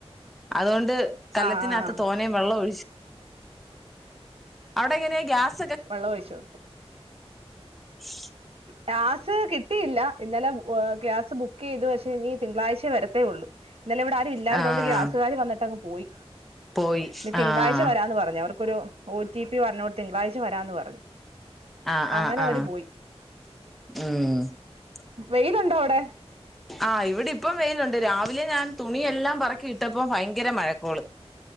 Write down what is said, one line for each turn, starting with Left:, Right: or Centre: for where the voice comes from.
Centre: അതൊണ് ഇത് കല്ലത്തിനത്ത്
Right: ആഹ് ആഹ്
Centre: തോനെ വെള്ളൊഴിച്ച് അടൊങ്ങനെ ഗ്യാസ്
Right: വെള്ളം ഒഴിച്ചു
Centre: <unintelligible>
Right: ഗ്യാസ് കിട്ടിയില്ല ഇന്നലെ ഗ്യാസ് ബുക്ക്ചെയ്തു പഷേ നി തിങ്കളാഴ്‌ച്ച വരത്തെ ഒള്ളൂ ഇന്നലെ ഇവ്ടെ ആരും ഇല്ലാര്ന്നകൊണ്ട്
Centre: ആഹ്
Right: ഗ്യാസ് കാര് വന്നിട്ട് അങ്ങ് പോയി
Centre: പോയി
Right: നി തിങ്കളാഴ്‌ച്ച
Centre: ആഹ്
Right: വരാംന്ന് പറഞ് അവർ ക്കൊരു ഒ റ്റി പി പറഞ്ഞു തിങ്കളാഴ്‌ച്ച വരാംന്ന് പറഞ്ഞു
Centre: ആ
Right: അങ്ങനെ
Centre: ആ ആ
Right: അവര് പോയി
Centre: ഉം
Right: വെയില് ഒണ്ടോ അവിടെ
Centre: ആ ഇവ്ടെ ഇപ്പം വെയിൽ ഒണ്ട് രാവിലെ ഞാൻ തുണിയെല്ലാം പേറക്കി ഇട്ടപ്പോ ഭയങ്കര മഴക്കൊള്